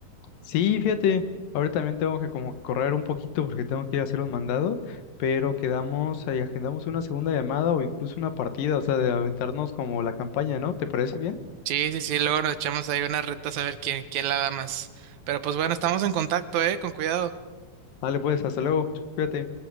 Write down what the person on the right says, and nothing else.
Sí, sí, sí, luego nos echamos ahí unas retas a ver quién, quién la da más. Pero pues bueno, estamos en contacto, ¿eh? Con cuidado.